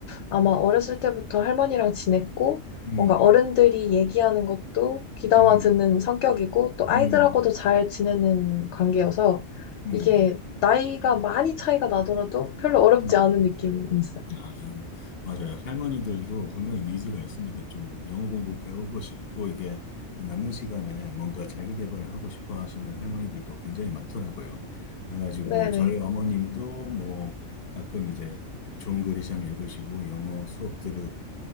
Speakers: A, on the left; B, on the left.
A: 아마 어렸을 때부터 할머니랑 지냈고,
B: 음,
A: 뭔가 어른들이 얘기하는 것도 귀담아
B: 음,
A: 듣는 성격이고, 또 아이들하고도
B: 음,
A: 잘 지내는 관계여서,
B: 음,
A: 이게 나이가 많이 차이가 나더라도 별로 어렵지
B: 음.
A: 않은 느낌이 있어요.
B: 아, 맞아요. 할머니들도 분명히 니즈가 있습니다. 좀 영어 공부 배우고 싶고, 이게 남는 시간에 뭔가 자기 개발을 하고 싶어 하시는 할머니들도 굉장히 많더라고요. 그래가지고
A: 네네.
B: 저희 어머님도 뭐 가끔 이제 존 그리샴 읽으시고 영어 수업 들으,